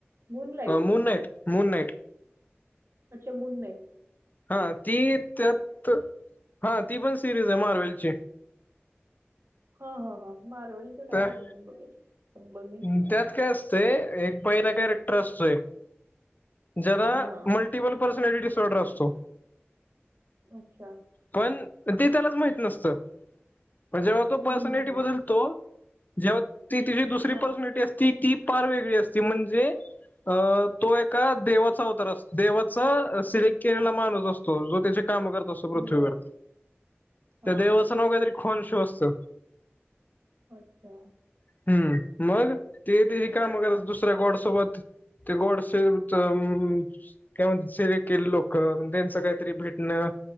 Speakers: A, on the right (about 70°); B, on the left (about 40°).
A: moonlight
B: Moon Knight, Moon Knight.
A: अच्छा मून नाईट.
B: हा ती त्यात हा ती पण सिरीज आहे मार्वेलची.
A: हा हा हा मार्वेलची नाय
B: त्या
A: येवड मी बघत मी पण बघेल
B: त्यात काय असतय एक पहिला कॅरेक्टर असतोय, ज्याला
A: हा
B: म ल्टिपल पेर्सोनालिटी डिसॉर्डर असतो.
A: अच्छा.
B: पण ते त्यालाच माहित नसतं. पण जेव्हा तो पर्सनॅलटी
A: हम्म हम्म
B: बदलतो
A: हम्म.
B: जेव्हा ती तिची दुसरी
A: हा
B: अस ती ती फार वेगळी असते म्हणजे अ तो एका देवाचा अवतार असतो देवाचा सिलेक्ट केलेला माणूस असतो. जो तिचे काम करत असतो पृथ्वीवर
A: बर हा
B: त्या देवाचं
A: हा हा
B: नाव काहीतरी खाँन्स असत.
A: अच्छा.
B: हम्म मग ते तेची
A: बर
B: काम करत दुसऱ्या गॉडसोबत ते गाँडसेे तर म्हणे सेरक लोकं त्यांचं काहीतरी भिडणं